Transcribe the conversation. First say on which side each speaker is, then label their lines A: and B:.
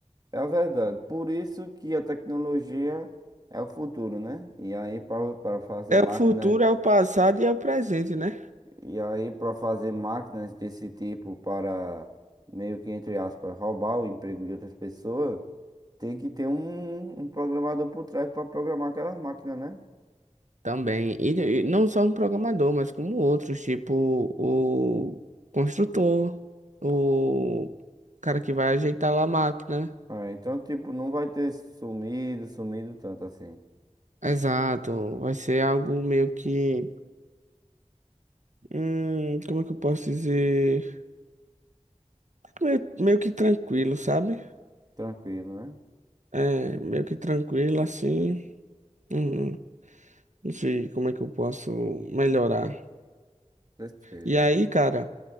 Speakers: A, on the right; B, on the right.
A: é verdade. Por isso que a tecnologia é o futuro, né? E aí para para fazer
B: É
A: máquina,
B: o futuro, é o passado e é o presente, né?
A: e aí para fazer máquinas desse tipo para meio que entre aspas roubar o emprego de outras pessoas, Tem que ter um, um programador por trás para programar aquelas máquinas, né?
B: Também. E, e não só um programador, mas como outros, tipo o construtor, o cara que vai ajeitar lá a máquina.
A: Ah, então, tipo, não vai ter sumido, sumido tanto assim.
B: Exato. Vai ser algo meio que. Hum, como é que eu posso dizer? meio, meio que tranquilo, sabe?
A: Tranquilo, né?
B: É, meio que tranquilo assim. Hum, não sei como é que eu posso melhorar.
A: Certeza.
B: E aí, cara,